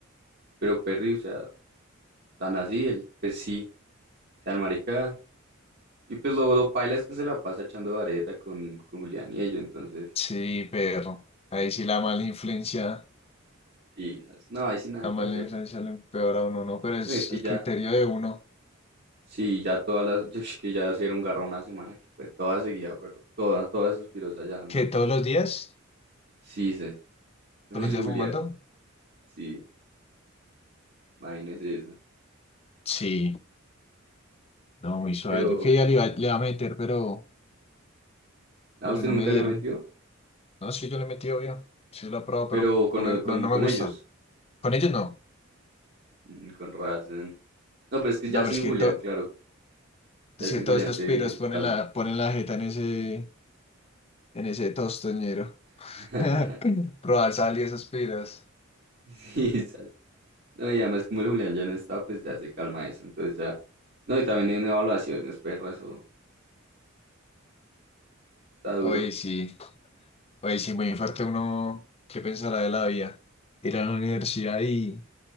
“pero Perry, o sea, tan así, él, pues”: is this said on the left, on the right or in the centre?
Right